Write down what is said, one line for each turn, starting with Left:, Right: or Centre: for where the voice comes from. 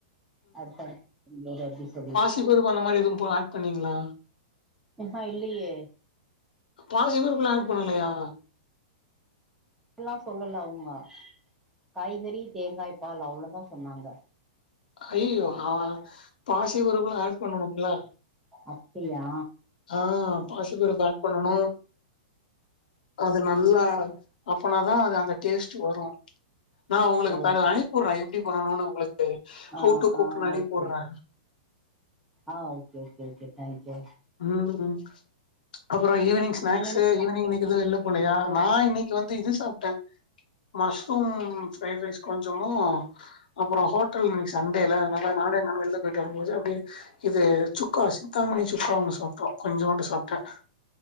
Centre: அடுத்தடுத்து <unintelligible> சொல்லிட்டு
Left: த்தி பருப்பு அந்த மாரி எதுவும் போ ஆட் பண்ணீங்ளா
Centre: ம் ம் இல்லியே
Left: பாசிபருப்லா ஆட் பண்ணலையா
Centre: எல்லா சொல்லல அவுங்க காய்கறி தேங்காய் பால் அவ்ளதா சொன்னாங்க
Left: ஐயய்யோ அவெ பாசி பருப்லா ஆட் பண்ணணுமில்ல
Centre: அப்டியா
Left: ஆ பாசிபருப்பு ஆட் பண்ணணு அது நல்லா அப்பனாதா அது அந்த டேஸ்ட்டு வரு நா ஒங்களுகு
Centre: ஓ
Left: இப்பனெல் அனிப்புர்றே எப்டி பண்ணணு ஒங்களுக்கு
Centre: ஆ
Left: have to குக்குனு
Centre: ah
Left: அனிப்புர்றே
Centre: okay ah okay okay okay thank you
Left: ம் ம் அப்பறோ ஈவினிங் ஸ்நாக்ஸு
Centre: நீங்க என்ன சாப்டீங்க
Left: ஈவினிங் இன்னைக்கு எது வெள்லப் போலயா நா இன்னைக் க்க வந்து இது சாப்ட்டே மஷ்ரூம் ஃப்ரைட் ரைஸ் கொஞ்சமு அப்பறோ ஹோட்டல் இன்னைக்கு சண்டேல அதுனால நானே நடந்து வெள்ல போயிட்டு வரும் போது அப்டியே இது சுக்கா சிந்தாமணி சுக்கா ஒன்னு சாப்ட்டோ கொஞ்சோண்டு சாப்ட்டே